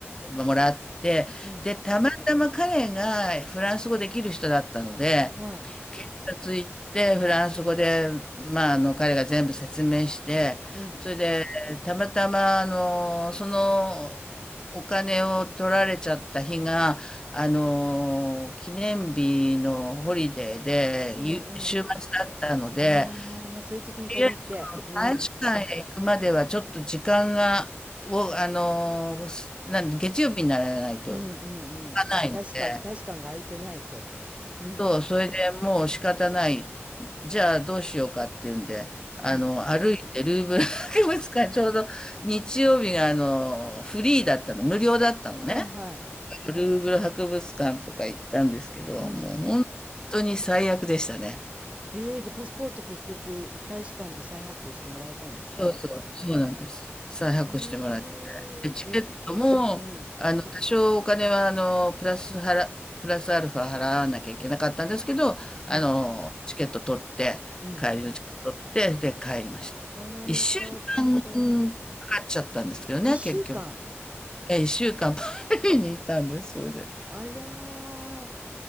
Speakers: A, on the left; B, on the right.
A: もらって、
B: うん、
A: で、たまたま彼がフランス語できる人だったので、
B: はい。
A: 警察行ってフランス語で、まあ、あの彼が全部説明してそれでたまたまあのそのお金を取られちゃった日があの記念日のホリデーでゆ週末だったので
B: うん、ほら、うん。ああ、まあそういう時に限って、
A: とりあえず大使館へ行くまではちょっと時間がをあのすなんで月曜日にならないといか
B: うん、うんうんうん、た、
A: ないので。
B: 大使館、大使館が空いてないと。うん、
A: そう、それでもう仕方ない。じゃあどうしようかっていうんで、あの、
B: うん。
A: 歩いてルーブル博物館、ちょうど日曜日があの、フリーだったの、無料だったのね。
B: はいはい。
A: ルーブル博物館とか行ったんですけど、
B: うん。
A: もう本当に最悪でしたね。
B: えー、で、パスポート結局、大使館で再発行してもらえたんですか
A: そうそう、そうなんです。再発行してもらって。
B: えー、
A: で、チケットも、
B: え、うん、
A: あの、多少お金は、あの、プラス払、プラスアルファ払わなきゃいけなかったんですけど、あの、
B: うん、
A: チケット取って、
B: うん。
A: 帰りのチケット取って、で、帰りました。
B: あら、
A: 一週間かんかかっちゃったんですけどね、
B: よかった。一週間。
A: 結局。え、一週間パリにいたんです、それで。
B: あらー、